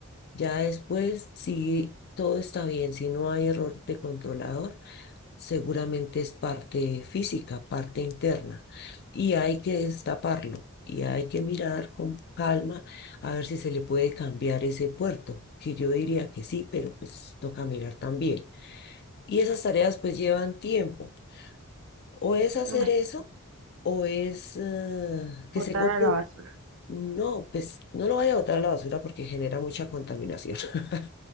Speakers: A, on the left; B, on the right.
A: Ya después, si todo está bien, si no hay error de controlador, seguramente es parte física, parte interna, y hay que destaparlo y hay que mirar con calma a ver si se le puede cambiar ese puerto, que yo diría que sí, pero pues toca mirar también. Y esas tareas pues llevan tiempo, o es hacer
B: ay,
A: eso, o es eh,
B: botar
A: que se compre.
B: a la
A: un-
B: basura.
A: No, pues no lo vaya a botar a la basura porque genera mucha contaminación. <laughs>